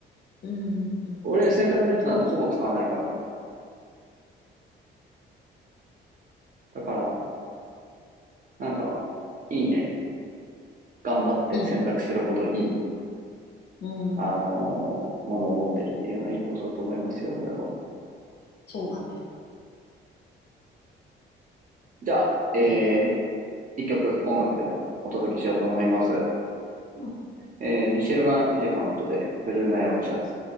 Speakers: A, on the left; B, on the right.
A: うんうんうん
B: 俺、洗濯ネットなんてほぼ使わないから。だから、なんか、いいね。頑張って洗濯するほどいい、
A: いいねうんうん。
B: あのーものを持ってるっていうのはいいことだと思いますよ、これは。
A: そうだね
B: じゃあ、えー、一曲音楽でもお届けしようと思います。
A: ん
B: えーミシェルガン・エレファントで、ブルーナイロンシャツ。